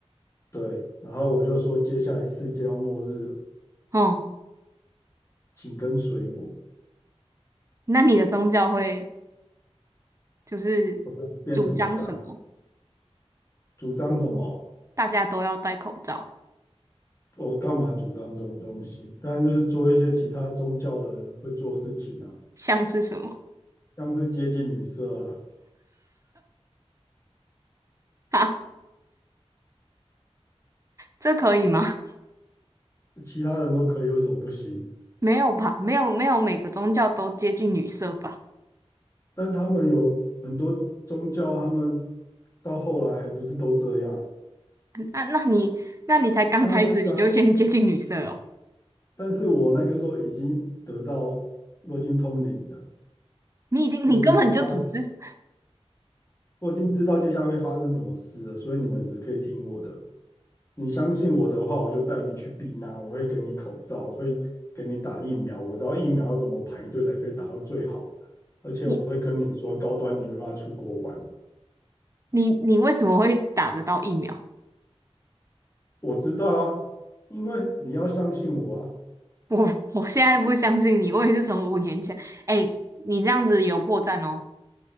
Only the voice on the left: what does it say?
对，然后我就说接下来世界要末日了，
请跟随我，
我就变什么大使主张什么，
我干嘛主张这种东西？当然就是做一些其他宗教的人会做的事情啊，
像是接近女色啊，
其他人都可以，为什么不行？
但他们有很多宗教，他们到后来还不是都这样，
像那个啊
但是我那个时候已经得到我已经通灵了，
我已经知道
我已经知道接下来会发生什么事了，所以你们只可以听我的。你相信我的话，我就带你去避难，我会给你口罩，我会给你打疫苗，我知道疫苗要怎么排队才可以打到最好，而且我会跟你说高端你没办法出国玩，
我知道啊，因为你要相信我啊，